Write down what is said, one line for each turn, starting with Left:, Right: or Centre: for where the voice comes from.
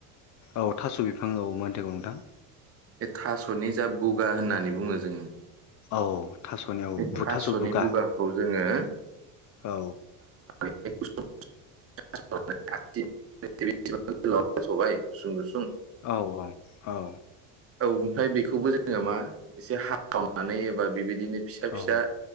Left: औ थास' बिफां औ मोनथिगौ नोंथां।
Right: बे थास'नि जा बुगा होननानै बुङो जोङो।
Left: औ थास'नियाव
Right: बे
Left: बुथास'
Right: थास'नि
Left: बुगा।
Right: बुगाखौ जोङो
Left: औ।
Right: <unintelligible> हास'बाय गुसुं गुसुं
Left: औ औ औ।
Right: औ ओमफ्राय बेखौबो जोङो मा एसे हाखावनानै एबा बेबादि बिदिनो फिसा
Left: औ
Right: फिसा